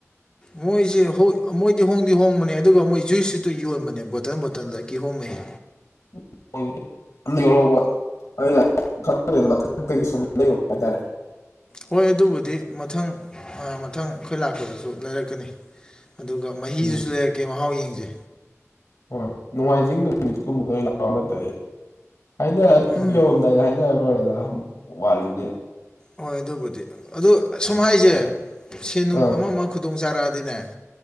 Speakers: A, on the left; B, on the left.
A: ꯃꯣꯏꯁꯦ ꯍꯣꯏꯃꯣꯏꯗꯤ ꯍꯣꯡꯗꯤ ꯍꯣꯡꯕꯅꯦ ꯑꯗꯨꯒ ꯃꯣꯏ ꯖꯨꯏꯁꯇꯨ ꯌꯣꯟꯕꯅꯦ ꯕꯣꯇꯜ ꯕꯣꯇꯜꯗ ꯀꯤꯍꯣꯝ ꯃꯍꯤ
B: <unintelligible> ꯑꯩ <unintelligible> ꯃꯊꯛꯇꯒꯤ ꯁꯨꯝ ꯂꯩꯌꯣ ꯍꯥꯏ ꯇꯥꯔꯦ
A: ꯍꯣꯏ ꯑꯗꯨꯕꯨꯗꯤ ꯃꯊꯪ ꯑ ꯃꯊꯪ ꯑꯩꯈꯣꯏ ꯂꯥꯛꯄꯗꯁꯨ ꯂꯩꯔꯛꯀꯅꯤ ꯑꯗꯨꯒ ꯃꯍꯤꯗꯨꯁꯨ
B: ꯎꯝ
A: ꯂꯩꯔꯛꯀꯦ ꯃꯍꯥꯎ ꯌꯦꯡꯁꯦ
B: ꯍꯣꯏ ꯅꯣꯡꯃꯥꯏꯖꯤꯡ ꯅꯨꯃꯤꯠꯀꯨꯝꯕꯗ ꯂꯥꯛꯑꯣ ꯅꯠꯇꯗꯤ ꯑꯩꯅ ꯑꯗꯨꯝ
A: ꯎꯝ
B: ꯌꯧꯔꯝꯗꯥꯏꯗ ꯍꯥꯏꯅꯔꯂꯣꯏꯔꯦꯗ ꯋꯥꯠꯂꯤꯅꯤꯅ
A: ꯍꯣꯏ ꯑꯗꯨꯕꯨꯗꯤ ꯑꯗꯨ ꯁꯨꯝ ꯍꯥꯏꯁꯦ ꯁꯦꯟꯅꯨꯡ
B: ꯑꯥ
A: ꯑꯃ ꯑꯃ ꯈꯨꯗꯣꯡ ꯆꯥꯔꯛꯑꯗꯤꯅꯦ